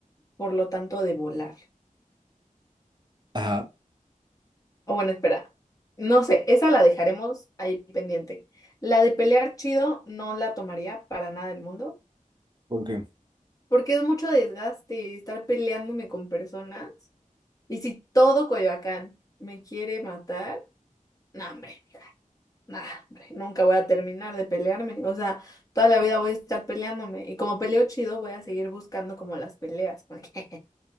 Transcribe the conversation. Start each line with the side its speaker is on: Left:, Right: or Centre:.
Left: por lo tanto, de volar.
Right: Ajá.
Left: O bueno, espera. No sé, esa la dejaremos ahí pendiente. La de pelear chido no la tomaría para nada del mundo.
Right: ¿Por qué?
Left: porque es mucho desgaste estar peleándome con personas. Y si todo Coyoacán me quiere matar, no, hombre, no, hombre, nunca voy a terminar de pelearme. O sea, toda la vida voy a estar peleándome. Y como peleo chido, voy a seguir buscando como las peleas. porque,